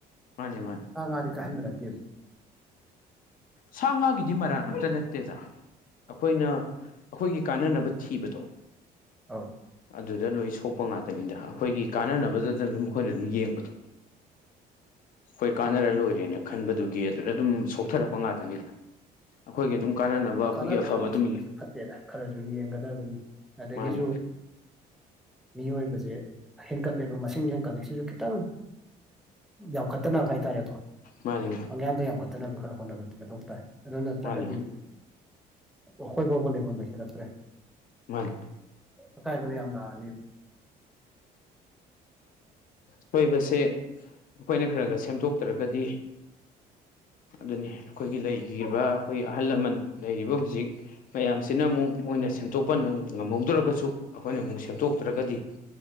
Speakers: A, on the left; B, in the centre.
A: ꯃꯥꯅꯦ ꯃꯥꯅꯦ
B: ꯍꯥꯡꯉ ꯃꯥꯗꯤ ꯀꯍꯟꯃꯤꯂꯠꯇꯦꯕ
A: ꯁꯥ ꯉꯥꯒꯤꯗꯤ ꯃꯔꯥ ꯑꯝꯇ ꯅꯠꯇꯦꯗ ꯑꯩꯈꯣꯏꯅ ꯑꯩꯈꯣꯏꯒꯤ ꯀꯥꯟꯅꯅꯕ ꯊꯤꯕꯗꯣ
B: ꯑꯧ
A: ꯑꯗꯨꯗ ꯂꯣꯏ ꯁꯣꯛꯄ ꯉꯥꯛꯇꯅꯤ ꯏꯗ ꯑꯩꯈꯣꯏꯒꯤ ꯀꯥꯟꯅꯅꯕꯗꯗꯅ ꯑꯗꯨꯝ ꯃꯈꯈꯣꯏꯅ ꯑꯗꯨꯝ ꯌꯦꯡꯕꯗꯣ ꯍꯣꯏ ꯀꯥꯟꯅꯔ ꯂꯣꯏꯔꯦꯅ ꯈꯟꯕꯗꯨꯒꯤ ꯑꯗꯨꯗ ꯑꯗꯨꯝ ꯁꯣꯛꯊꯔꯛꯄ ꯉꯥꯛꯇ ꯅꯤꯗ ꯑꯩꯈꯣꯏꯒꯤ ꯑꯗꯨꯝ ꯀꯥꯟꯅꯅꯕ ꯑꯩꯈꯣꯏꯒꯤ
B: ꯀꯥꯟꯅꯕꯁꯨ
A: ꯑꯐꯕ
B: ꯌꯥꯝ
A: ꯑꯗꯨꯝ
B: ꯊꯤꯕꯁꯨ ꯐꯠꯇꯦꯗ ꯈꯔꯁꯨ ꯌꯦꯡꯒꯗꯕꯅꯤ ꯑꯗꯒꯤꯁꯨ
A: ꯃꯥꯅꯦ
B: ꯃꯤꯑꯣꯏꯕꯁꯦ ꯍꯦꯟꯀꯠꯂꯦꯕ ꯃꯁꯤꯡ ꯍꯦꯟꯀꯠꯂꯦꯁꯤꯁꯨ ꯈꯤꯇꯪ ꯌꯥꯝꯈꯠꯇꯅꯕ ꯍꯥꯏꯇꯥꯔꯦꯀꯣ
A: ꯃꯥꯅꯦ ꯃꯥꯅꯦ
B: ꯑꯪꯌꯥꯥꯡꯗꯣ ꯌꯥꯝꯈꯠꯇꯅꯕꯁꯨ ꯈꯔ ꯍꯣꯠꯅꯕꯗꯤ ꯃꯊꯧ ꯇꯥꯏ ꯑꯗꯨ ꯅ꯭ꯔꯒꯗꯤ
A: ꯃꯥꯅꯦ
B: ꯑꯩꯈꯣꯏ ꯐꯥꯎꯕ ꯂꯦꯐꯝꯣꯟ ꯂꯁꯤꯜꯂꯛꯇ꯭ꯔꯦ
A: ꯃꯥꯅꯦ
B: ꯑꯀꯥꯏꯕꯗ ꯌꯥꯝ ꯂꯥꯛꯑꯅꯤ
A: ꯁꯣꯏꯕꯁꯦ ꯑꯩꯈꯣꯏꯅ ꯈꯔ ꯈꯔ ꯁꯦꯝꯗꯣꯛꯇ꯭ꯔꯒꯗꯤ ꯑꯗꯨꯅꯤ ꯑꯩꯈꯣꯏꯒꯤ ꯂꯩ ꯑꯩꯈꯣꯏꯒꯤ ꯑꯍꯜ ꯂꯃꯟ ꯂꯩꯔꯤꯕ ꯍꯧꯖꯤꯛ ꯃꯌꯥꯝꯁꯤꯅ ꯑꯃꯨꯛ ꯃꯣꯏꯅ ꯁꯦꯝꯗꯣꯛꯄ ꯉꯝꯍꯧꯗ꯭ꯔꯒꯁꯨ ꯑꯩꯈꯣꯏꯅ ꯑꯃꯨꯛ ꯁꯦꯝꯗꯣꯛꯇ꯭ꯔꯒꯗꯤ